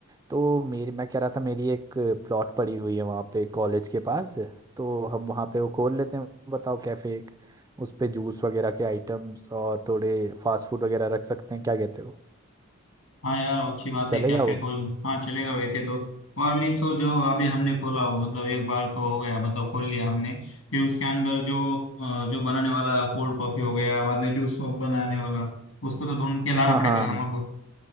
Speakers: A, on the right; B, on the left.
A: तो मेरी मैं कह रहा था मेरी एक प्लॉट पड़ी हुई है वहाँ पे कॉलेज के पास तो हम वहाँ पे वो खोल लेते हैं बताओ कैफे एक उस पे जूस वगैरह के आइटम्स और थोड़े फास्ट फूड वगैरह रख सकते हैं क्या कहते हो
B: हाँ यार अच्छी बात
A: चलेगा
B: है कैफे
A: वो
B: खोल हाँ चलेगा वैसे तो और मीन्स वो जो अभी हमने खोला हो मतलब एक बार तो हो गया मतलब खोल लिया हमने फिर उसके अंदर जो अ, जो बनाने वाला कोल्ड कॉफी हो गया बाद में जूस बनाने वाला उसको तो ढूंढ के लाना
A: हाँ
B: पड़ेगा
A: हाँ
B: ना हमको